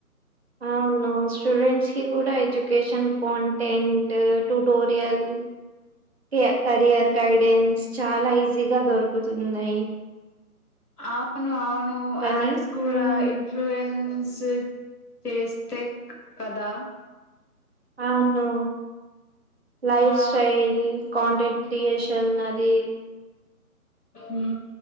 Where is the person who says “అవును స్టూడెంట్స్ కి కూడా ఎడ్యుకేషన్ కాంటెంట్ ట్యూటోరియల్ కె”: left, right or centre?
Right